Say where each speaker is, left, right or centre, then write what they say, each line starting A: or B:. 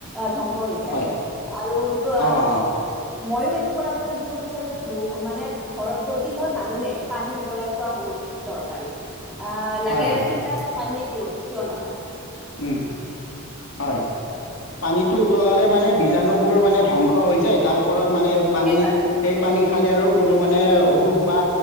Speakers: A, in the centre; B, on the left (about 75°).
A: ধংস হৈ যায়
B: হয়
A: আৰু তোৰ
B: অঁ অঁ
A: মইয়ো এইটো পৰা মই সুধিব বিচাৰো যে ব মানে প্ৰতি ঘৰ মানুহে পানী উতলাই খোৱা বহুত দৰকাৰী আ
B: হয়
A: এ
B: হয়
A: ফিল্টাৰ কৰা পানী কো কিয় নাখাওঁ
B: টো উতলালে হয় পানীটো উতলালে মানে বীজ বিজাণুবোৰ মানে ধ্বংস হৈ যায় তাৰ ফলত মানে পানী
A: একেবাৰে
B: সেই পানী খালে আৰু কোনো মানে অসুখ বা